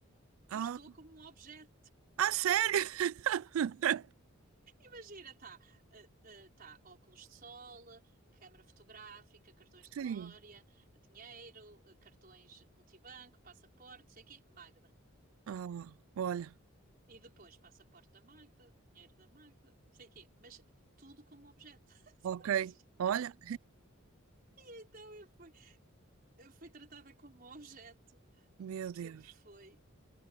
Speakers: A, on the right; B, on the right.
A: Eu
B: Ah,
A: estou como um objeto.
B: ah, sério? <laughs>
A: Imagina, tá, eh, eh, tá óculos de sol, câmara fotográfica, cartões de
B: Sim.
A: memória, dinheiro, eh, cartões multibanco, passaporte, não sei o quê, Magda.
B: Ah, olha.
A: E depois passaporte da Magda, dinheiro da Magda, não sei o quê, mas tudo como objeto. <laughs>
B: Ok. Olha,
A: E então eu fui, eu fui tratada como objeto.
B: meu
A: Aquilo
B: Deus.
A: foi.